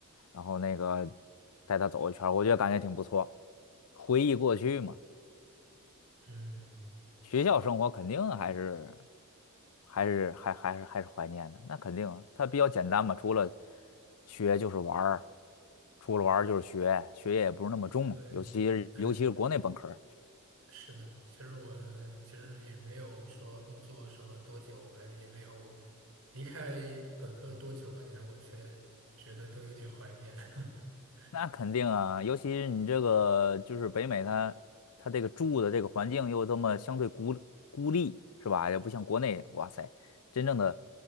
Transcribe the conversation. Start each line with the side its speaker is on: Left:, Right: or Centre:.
Left: 然后那个带他走一圈儿我觉得感觉挺不错。回忆过去嘛，
Right: 嗯，
Left: 学校生活肯定还是还是还还是还是怀念的，那肯定啊它比较简单嘛，除了学就是玩儿，除了玩儿就是学，学业也不是那么重，
Right: 对，
Left: 尤其是尤其是国内本科。
Right: 嗯。是的，其实我其实也没有说工作什么多久，还也没有离开本科多久吧。其实我却觉得都有点怀念。<laughs>
Left: 那肯定啊，尤其是你这个就是北美它，它这个住的这个环境又这么相对孤孤立，是吧？也不像国内，哇塞，真正的